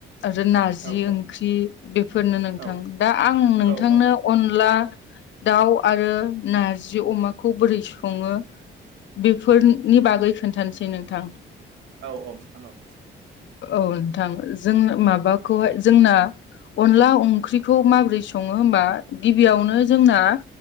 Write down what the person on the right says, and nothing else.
औ
औ
औ औ
औ औ नोंथां औ।